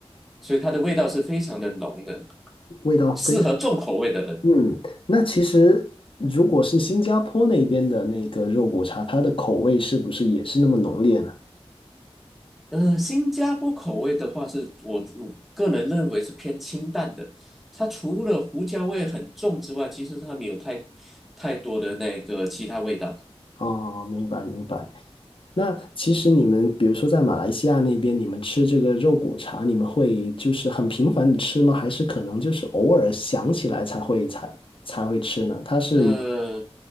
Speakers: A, in the centre; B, on the left.
A: 所以它的味道是非常的浓的，
B: 味道非常，
A: 适合重口味的人。
B: 嗯，那其实如果是新加坡那边的那个肉骨茶，它的口味是不是也是那么浓烈呢？
A: 呃，新加坡口味的话是，我我个人认为是偏清淡的。它除了胡椒味很重之外，其实它没有太太多的那个其他味道。
B: 哦，明白明白。那其实你们，比如说在马来西亚那边，你们吃这个肉骨茶，你们会就是很频繁的吃吗？还是可能就是偶尔想起来才会才才会吃呢？它是一
A: 呃，